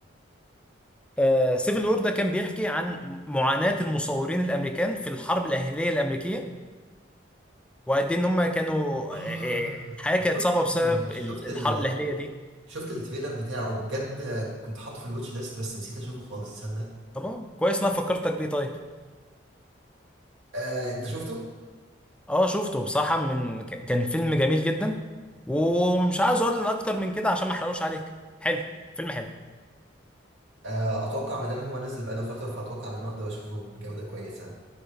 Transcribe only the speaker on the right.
اه
شفت
شفت
ال
شفت التريلر بتاعه بجد كنت حاطه في الواتش ليست بس نسيت اشوفه خالص تصدق
آه انت شفته؟
آه اتوقع ما دام هو نزل بقاله فتره فاتوقع ان انا اقدر اشوفه بجوده كويسه